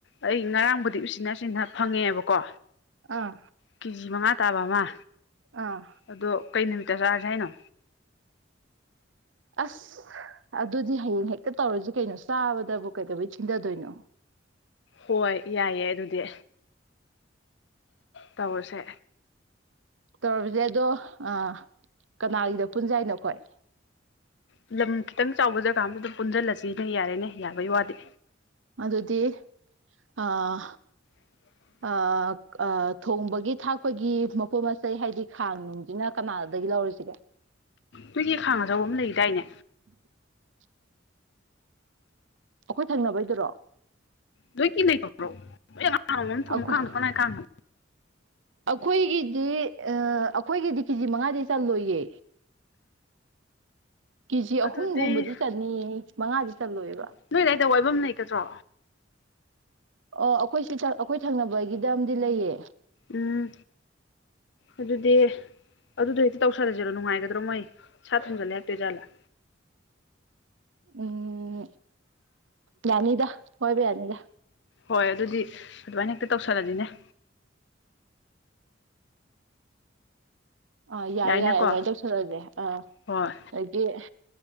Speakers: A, on the left; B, on the right.
A: ꯑꯩ ꯉꯔꯥꯡꯕꯨꯗꯤ ꯎꯆꯤꯟ ꯅꯥꯆꯤꯟꯅ ꯐꯪꯉ‌ꯦꯑꯦꯕꯀꯣ
B: ꯑꯥ
A: ꯀꯦ ꯖꯤ ꯃꯉꯥ ꯇꯥꯕ ꯑꯃ
B: ꯑꯥ
A: ꯑꯗꯣ ꯀꯩ ꯅꯨꯃꯤꯠꯇ ꯆꯥꯔꯖꯦ ꯍꯥꯏꯅꯣ
B: ꯑꯁ ꯑꯗꯨꯗꯤ ꯍꯌꯦꯡ ꯍꯦꯛꯇ ꯇꯧꯔꯖꯤ ꯀꯩꯅꯣ ꯆꯥꯕꯗꯕꯨ ꯀꯩꯗꯧꯕꯩ ꯊꯤꯟꯊꯗꯣꯏꯅꯣ
A: ꯍꯣꯏ ꯌꯥꯏꯌꯦ ꯑꯗꯨꯗꯤ ꯇꯧꯔꯁꯦ
B: ꯇꯧꯔꯖꯦ ꯑꯗꯣ ꯑꯥ ꯀꯅꯥꯒꯤꯗ ꯄꯨꯟꯖꯦ ꯍꯥꯏꯅꯣ ꯑꯩꯈꯣꯏ
A: ꯂꯝ ꯈꯤꯇꯪ ꯆꯥꯎꯕ ꯖꯒꯥ ꯑꯃꯗ ꯑꯗꯨꯝ ꯄꯨꯟꯖꯜꯂꯁꯤꯅꯦ ꯌꯥꯔꯦꯅꯦ ꯌꯥꯕꯩ ꯋꯥꯗꯤ
B: ꯑꯗꯨꯗꯤ ꯑꯥ
A: <inaudible>
B: ꯑ ꯑ ꯊꯣꯡꯕꯒꯤ ꯊꯥꯛꯄꯒꯤ ꯃꯄꯣꯠ ꯃꯆꯩ ꯍꯥꯏꯗꯤ ꯈꯥꯡ ꯅꯨꯡꯖꯤꯅ ꯀꯅꯥꯗꯒꯤ ꯂꯧꯔꯁꯤꯒꯦ
A: ꯅꯣꯏꯒꯤ ꯈꯥꯡ ꯑꯆꯧꯕ ꯑꯝ ꯂꯩꯒꯤꯗꯥꯏꯅꯦ
B: <inaudible> ꯑꯈꯣꯏ ꯊꯪꯅꯕꯩꯗꯨꯔꯣ
A: ꯅꯣꯏꯀꯤ ꯂꯩꯇꯕ꯭ꯔꯣ ꯅꯣꯏ ꯅꯍꯥꯟ ꯅꯣꯡꯃ ꯊꯣꯡꯕ
B: ꯑꯩꯈꯣꯏ
A: ꯈꯥꯡꯗꯣ ꯀꯅꯥꯏ ꯈꯥꯡꯅꯣ
B: ꯑꯩꯈꯣꯏꯒꯤꯗꯤ ꯑꯥ ꯑꯩꯈꯣꯏꯒꯤꯗꯤ ꯀꯦꯖꯤ ꯃꯉꯥꯗꯤ ꯆꯜꯂꯣꯏꯌꯦ ꯀꯦꯖꯤ
A: ꯑꯗꯨꯗꯤ
B: ꯑꯍꯨꯝꯒꯨꯝꯕꯗꯤ ꯆꯟꯅꯤꯌꯦ ꯃꯉꯥꯗꯤ ꯆꯠꯂꯣꯏꯕ
A: ꯅꯣꯏ ꯑꯗꯥꯏꯗ ꯋꯥꯏꯕꯝ ꯂꯩꯒꯗ꯭ꯔꯣ
B: ꯑꯣ ꯑꯈꯣꯏꯁꯤ ꯊꯪ ꯑꯩꯈꯣꯏꯒꯤ ꯊꯪꯅꯕꯒꯤꯗ ꯑꯝꯗꯤ ꯂꯩꯌꯦ
A: ꯎꯝ ꯑꯗꯨꯗꯤ ꯑꯗꯨꯗꯣ ꯍꯦꯛꯇ ꯇꯧꯁꯜꯂꯖꯤꯔꯣ ꯅꯨꯡꯉꯥꯏꯒꯗ꯭ꯔꯣ ꯃꯣꯏ ꯁꯥ ꯊꯣꯡꯖꯜꯂꯦ ꯍꯥꯏꯔꯛꯇꯣꯏꯖꯥꯠꯂꯥ
B: ꯎꯝ ꯌꯥꯅꯤꯗ ꯋꯥꯏꯕ ꯌꯥꯅꯤꯗ
A: ꯍꯣꯏ ꯑꯗꯨꯗꯤ ꯑꯗꯨꯃꯥꯏꯅ ꯍꯦꯛꯇ ꯇꯧꯁꯜꯂꯖꯤꯅꯦ
B: ꯑꯥ ꯌꯥꯏ
A: ꯌꯥꯏꯅꯀꯣ
B: ꯌꯥꯏ ꯑꯗꯨꯃꯥꯏꯅ ꯇꯧꯁꯜꯂꯖꯦ ꯑꯥ
A: ꯍꯣꯏ
B: ꯑꯗꯩꯗꯤ